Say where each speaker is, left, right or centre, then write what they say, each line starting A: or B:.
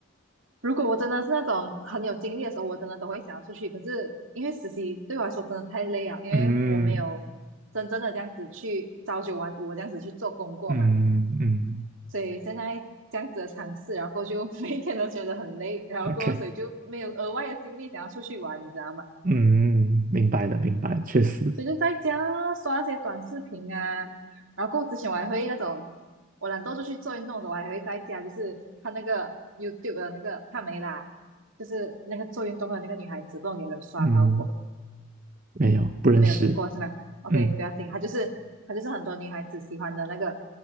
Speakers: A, on the right (about 75°); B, on the right (about 40°).
A: 如果我真的是那种很有精力的时候，我真的都会想要出去。可是因为实习对我来说真的太累了，因为我没有真正的这样子去朝九晚五这样子去做工过嘛。
B: <laughs> 嗯。嗯嗯
A: 所以现在这样子的尝试，然后就每天都觉得很累，然后过所以就没有额外的精力想要出去玩，
B: ，OK，
A: 你知道吗？
B: 嗯，明白了，明白了，确实，
A: 所以就在家刷那些短视频啊，然后过之前我还会那种，我懒惰出去做运动的时候，我还会在家就是看那个 YouTube 的那个帕梅拉，就是那个做运动的那个女孩子，不知道你有没有刷到过？
B: 嗯，没有，不认识，
A: 没有听过是吗？OK，
B: 嗯
A: 不要紧，他就是他就是很多女孩子喜欢的那个，